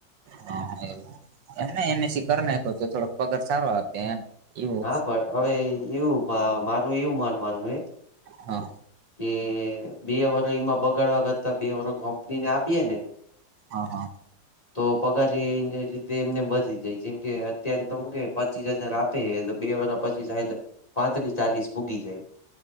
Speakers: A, on the right; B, on the left.
A: હા એવું. એમ એમએસસી કરનાખે તો તો થોડોક પગાર સારો આપે એમ. એવું
B: હા પણ હવે એવું મારું એવું માનવાનું હે.
A: હા
B: કે બે વરહ એમાં બગાડવા કરતા બે વરહ કંપનીને આપીએે ને
A: હા હા
B: તો પગાર એ રીતે એમનેમ વધી જાય જેમ કે અત્યારે તો હું કે પચીસ હજાર આપ આપ બે વર્ષ પછી સાહે પાંત્રીસ ચાલીસ પુગી જાય.